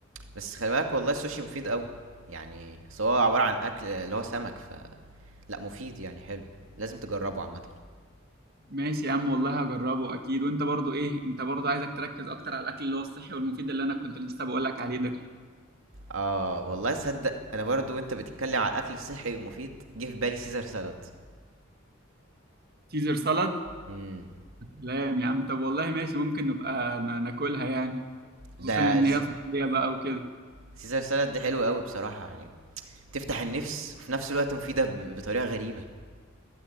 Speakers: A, on the right; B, on the right.
A: بس خلي بالك والله السوشي مفيد قوي يعني أصل هو عبارة عن أكل اللي هو سمك ف لا مفيد يعني حلو لازم تجربه عامة
B: ماشي يا عم والله هجربه اكيد وانت برضو ايه انت برضو عايزك تركز اكتر على الاكل اللي هو الصحي والمفيد اللي انا كنت لسه بقول لك عليه ده
A: اه والله صدق انا برضو وانت بتتكلم على الاكل الصحي ومفيد جه في بالي سيزر سالاد
B: سيزر سالاد
A: امم
B: سلام يا عم طب والله ماشي ممكن نبقى ن- ناكلها يعني خصوصا
A: ده
B: يعني ان
A: الس-
B: هي صحيه بقى وكده
A: سيزر سالاد ده حلو قوي بصراحة يعني تفتح النفس وفي نفس الوقت مفيدة ب- بطريقة غريبة